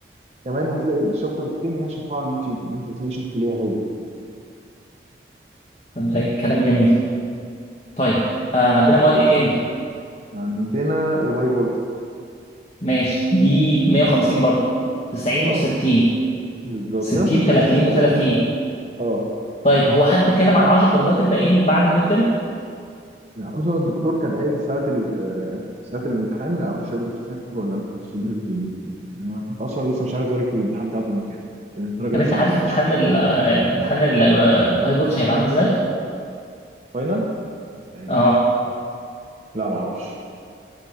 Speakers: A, on the right; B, on the left.
A: كمان هتلاقي الشابتر التاني هي شرحها على اليوتيوب ان انت هتلاقي شرح ليها هي
B: طب ده كلام جميل طيب آه عندنا مواد ايه تاني
A: وعندنا الهاي فولت
B: ماشي دي 150 برضه 90
A: اه
B: و60
A: بالظبط
B: 60
A: نفس التقسيمه
B: 30 و30
A: برضه اه
B: طيب هو حد اتكلم على 10 درجات الباقيين بعد الميد ترم
A: يعني اصلا الدكتور كان قايل ساعه ال- آه، ساعه الامتحان ما يعرفش هيقدر يشوف فاكر ولا لا في درجه الامتحان يعني انت اصلا لسه مش عارف درجه الامتحان بتاعته من كام لأن الدرجه
B: طب
A: لسه
B: انت عارف
A: ما طلعتش
B: امتحان ال- الامتحان ال- الهاي فولتج هيبقى عامل ازاي
A: فاينل طيب.
B: اه
A: لا ما اعرفش